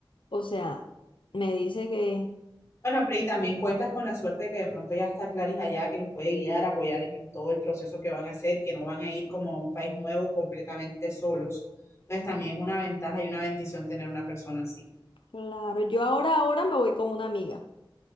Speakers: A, on the left; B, on the left.
A: O sea, me dice que...
B: Bueno, pero y también cuentas con la suerte de que de pronto ya está Claris allá, que los puede guiar, apoyar en, en todo el proceso que van a hacer, que no van a ir como a un país nuevo completamente solos. Entonces también es una ventaja y una bendición tener una persona así.
A: Claro, yo ahora, ahora me voy con una amiga,